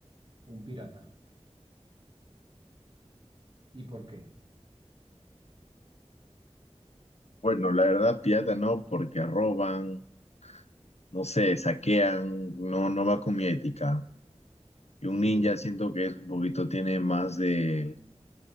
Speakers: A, on the right; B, on the left.
A: Un pirata. ¿Y por qué?
B: Bueno, la verdad, pirata no, porque roban, no sé, saquean, no, no va con mi ética. Y un
A: Sí,
B: ninja siento que es un poquito, tiene más de,